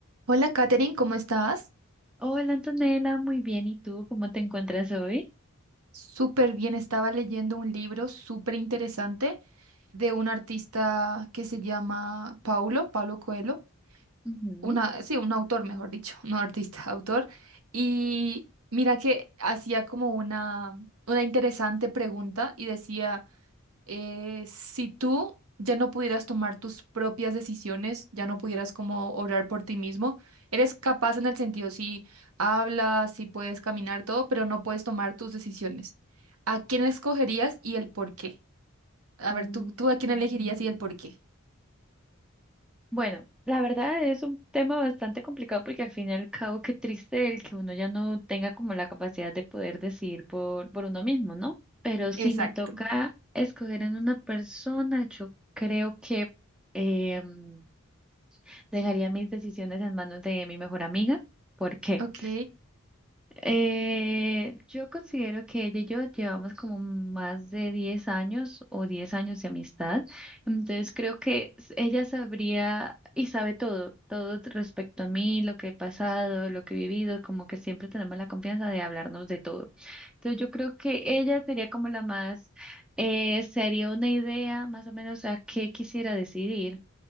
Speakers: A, on the right (about 85°); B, in the centre.
A: Hola, Katherine, ¿cómo estás?
B: Hola Antonella, muy bien. ¿Y tú cómo te encuentras hoy?
A: Súper bien, estaba leyendo un libro súper interesante de un artista que se llama Paulo, Paulo Coelho,
B: Ujú.
A: una, sí, un autor, mejor dicho, no artista, <laughs> autor. Y mira que hacía como una, una interesante pregunta y decía... eh, si tú ya no pudieras tomar tus propias decisiones, ya no pudieras como obrar por ti mismo, eres capaz en el sentido, si hablas, si puedes caminar, todo, pero no puedes tomar tus decisiones. ¿A quién escogerías y el por qué? A
B: Mm,
A: ver, tú, tú a quién elegirías
B: mm,
A: y el por qué.
B: Bueno, la verdad es un tema bastante complicado porque al fin y al cabo qué triste el que uno ya no tenga como la capacidad de poder decidir por, por uno mismo, ¿no? Pero si
A: Exacto.
B: me toca escoger en una persona, yo creo que em, dejaría mis decisiones en manos de mi mejor amiga. ¿Por qué?
A: Ok,
B: Eh, yo considero que ella y yo llevamos como más de 10 años o 10 años de amistad, entonces creo que s- ella sabría y sabe todo, todo respecto a mí, lo que he pasado, lo que he vivido, como que siempre tenemos la confianza de hablarnos de todo. Entonces yo creo que ella sería como la más, eh, se haría una idea más o menos a qué quisiera decidir.